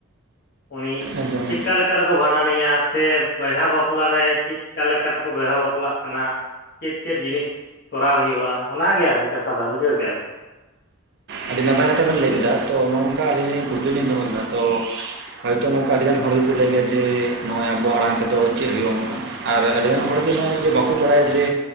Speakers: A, on the left; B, on the right.
A: ᱩᱱᱤ
B: ᱮᱠᱫᱚᱢ
A: ᱪᱮᱫᱠᱟ ᱞᱮᱠᱟᱛᱮᱠᱚ ᱵᱷᱟᱸᱰᱟᱱᱤᱭᱟ ᱥᱮ ᱵᱤᱦᱟ ᱵᱟᱯᱞᱟ ᱨᱮ ᱪᱮᱫ ᱪᱠᱟ ᱞᱮᱠᱟ ᱛᱮᱠᱚ ᱵᱮᱦᱟ ᱵᱟᱯᱞᱟᱜ ᱠᱟᱱᱟ, ᱪᱮᱫ- ᱪᱮᱫ ᱡᱤᱱᱤᱥ ᱠᱚᱨᱟᱣ ᱦᱩᱭᱩᱜᱼᱟ? ᱚᱱᱟᱜᱮ ᱟᱨᱠᱤ ᱠᱟᱛᱷᱟ ᱫᱚ ᱵᱩᱡᱷᱟᱹᱣ ᱠᱮᱫᱼᱟ ᱵᱤᱱ᱾
B: ᱟᱹᱰᱤ ᱱᱟᱯᱟᱭ ᱠᱟᱛᱮ ᱵᱮᱱ ᱞᱟᱹᱭ ᱠᱮᱫᱟ ᱛᱚ ᱱᱚᱜ ᱱᱚᱝᱠᱟ ᱟᱹᱞᱤᱧ ᱠᱩᱠᱞᱤ ᱞᱧ ᱫᱚᱦᱚ ᱞᱮᱫᱟ ᱛᱚ! ᱦᱚᱭᱛᱚ ᱱᱚᱝᱠᱟ ᱟᱹᱰᱤᱜᱟᱱ ᱦᱚᱲ ᱜᱮᱠᱚ ᱞᱟᱹᱭ ᱜᱮᱭᱟ ᱡᱮ ᱱᱚᱜᱼᱚᱭ ᱟᱵᱚᱣᱟᱜ ᱟᱲᱟᱝ ᱛᱮᱫᱚ ᱪᱮᱫ ᱦᱩᱭᱩᱜᱼᱟ ᱚᱱᱠᱟ! ᱟᱨ ᱟᱹᱰᱤᱜᱟᱱ ᱦᱚᱲᱜᱮ ᱱᱚᱜᱼᱚᱭ ᱡᱮ ᱵᱟᱠᱚ ᱵᱟᱲᱟᱭᱟ ᱡᱮ